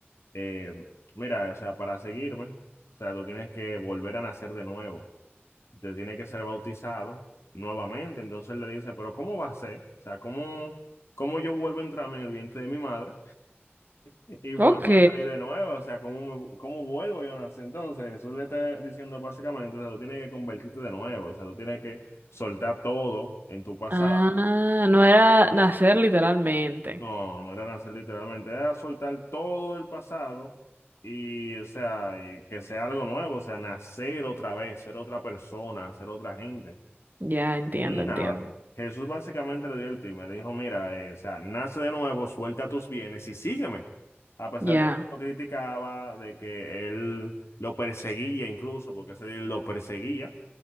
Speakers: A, on the left (about 80°); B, on the right (about 45°).
A: eh, mira, o sea, para seguirme, o sea, tú tienes que volver a nacer de nuevo, te tienes que ser bautizado nuevamente, entonces él le dice, pero ¿cómo va a ser? O sea, ¿cómo, cómo yo vuelvo a entrarme en el vientre de mi madre? Y vuelvo
B: Ok.
A: a salir de nuevo, o sea, ¿cómo, me- cómo vuelvo yo a nacer? Entonces, eso le está diciendo básicamente, o sea, tú tienes que convertirte de nuevo, o sea, tú tienes que soltar todo en tu pasado.
B: Ah, no era nacer literalmente.
A: No, no era nacer literalmente, era soltar todo del pasado y, o sea, y que sea algo nuevo, o sea, nacer otra vez, ser otra persona, ser otra gente.
B: Ya entiendo,
A: Y
B: entiendo.
A: nada, Jesús básicamente le dio el tip, me dijo, mira, eh, o sea, nace de nuevo, suelta tus bienes y sígueme. A pesar
B: Ya,
A: de que lo criticaba, de que él lo perseguía incluso, porque ese día él lo perseguía,